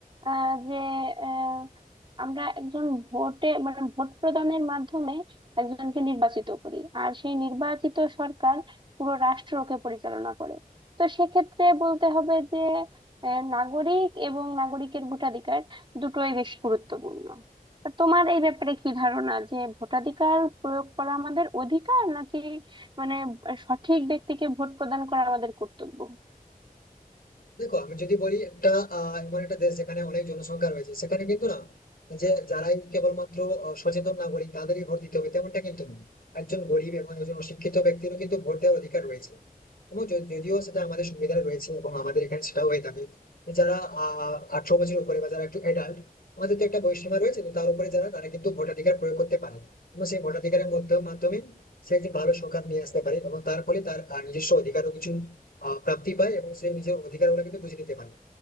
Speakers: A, on the right; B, on the left.
A: আহ যে আহ আমরা একজন ভোটে মানে ভোট প্রদানের মাধ্যমে একজনকে নির্বাচিত করি আর সেই নির্বাচিত সরকার পুরো রাষ্ট্রকে পরিচালনা করে তো সেক্ষেত্রে বলতে হবে যে আহ, নাগরিক এবং নাগরিকের ভোটাধিকার দুটোই বেশ গুরুত্বপূর্ণ তা তোমার এই ব্যাপারে কি ধারণা যে ভোটাধিকার প্রয়োগ করা আমাদের অধিকার নাকি মানে সঠিক ব্যক্তিকে ভোট প্রদান করা আমাদের কর্তব্য
B: দেখো আমি যদি বলি একটা আহ, এমন একটা দেশ যেখানে অনেক জনসংখ্যা রয়েছে সেখানে কিন্তু না যে যারাই কেবলমাত্র আহ, সচেতন নাগরিক তাদেরই ভোট দিতে হবে তেমনটা কিন্তু নয়। একজন গরিব এবং একজন অশিক্ষিত ব্যক্তিরও কিন্তু ভোট দেওয়ার অধিকার রয়েছে এবং য- যদিও সেটা আমাদের সংবিধানে রয়েছে এবং আমাদের এখানে সেটাও হয়ে থাকে যারা আহ আঠারো বছরের উপরে বা যারা একটু অ্যাডাল্ট আমাদের তো একটা বয়সসীমা রয়েছে তো তার উপরে যারা তারা কিন্তু ভোটাধিকার প্রয়োগ করতে পারে এবং সেই ভোটাধিকারের মধ্যে মাধ্যমে সে একটি ভালো সরকার নিয়ে আসতে পারে এবং তার ফলে তার আহ, নিজস্ব অধিকারও কিছু আহ, প্রাপ্তি পায় এবং সে নিজের অধিকার গুলো কিন্তু বুঝে নিতে পারে